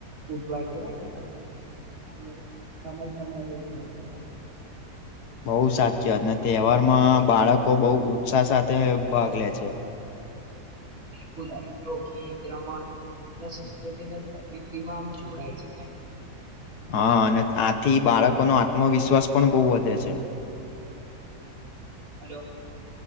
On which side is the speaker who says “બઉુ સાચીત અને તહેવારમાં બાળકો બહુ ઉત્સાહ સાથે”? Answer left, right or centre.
Left